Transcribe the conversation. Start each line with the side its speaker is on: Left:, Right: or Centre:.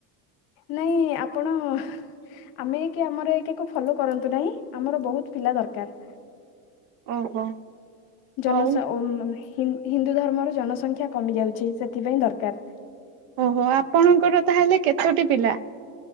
Left: ନାଇଁ ଆପଣ? ଆମେ ଏକ ଆମର ଏକ କୁ ଫଲୋ କରନ୍ତୁ ନାହିଁ- ଆମର ବହୁତ ପିଲା ଦରକାର।
Right: ଓହୋ।
Left: ଜନସ
Right: ହଉ
Left: ଓମ ହିନ୍ଦୁ ଧର୍ମର ଜନସଂଖ୍ୟା କମି ଯାଉଛି, ସେଥିପାଇଁ ଦରକାର।
Right: ଓହୋ ଆପଣଙ୍କର ତାହେଲେ କେତୋଟି ପିଲା?